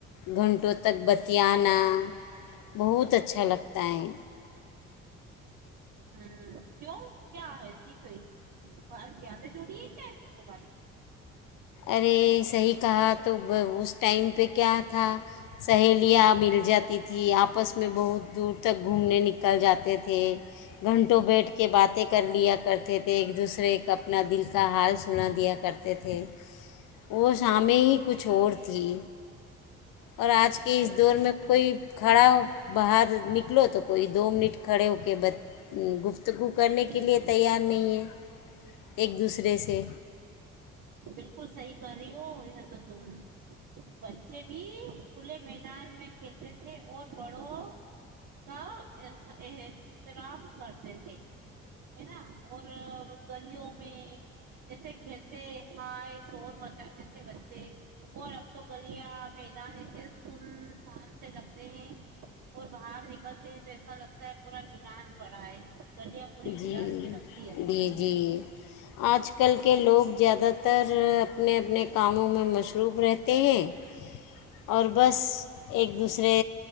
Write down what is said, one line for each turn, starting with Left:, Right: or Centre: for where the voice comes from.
Left: گھنٹوں تک بت آنا بہت اچھا لگتا ہے
Right: ہوں کیوں کیا ہے س کوئی اور کیاد جڑی ہے کیا اس دو باری
Left: ارے صحیح کہا تو اس ٹائم پہ کیا تھا سہیلیاں مل جاتی تھھی آپس میں بہت دور تک گھومنے نکل جاتے تھے گھنٹوں بیٹھ کے باتیں کر لیا کرتے تھے ایک دوسرے کا اپنا دل کا حال سنا دیا کرتے تھے وہ شامنے ہی کچھ اور تھی اور آج کے
Right: بالکل
Left: اس دور
Right: بالکل
Left: میں کوئی کھڑا ہو باہر نکلو تو کوئی دو منٹ کھڑے ہو کے ب گفت گو کرنے
Right: بالکل
Left: کے لیے تیار نہیں ایک دوسرے سے
Right: بالکل صحیح کر رہی ہو تو تم بچے بھی کھلے میدان میں کھیلتے تھے اور بڑوں کا ا احترام کرتے تھے ہے نا اور گلیوں میں جیسے کھیلتے کھائے شور بجاتے تھے بچے اور اب تو گلیاں میدان ایسے سنسان سے لگتے ہیں اور باہر نکلتے ہیں تو ایسا لگتا ہے پورا میران پڑا ہے گلیاں پوری ویران
Left: جی
Right: سی لگتی ہے اب
Left: جی
Right: تو
Left: جی آج کل کے لوگ زیادہ ت ا تر اپنے اپنے کاموں میں مصروف رہتے ہیں اور بس ایک دوسرے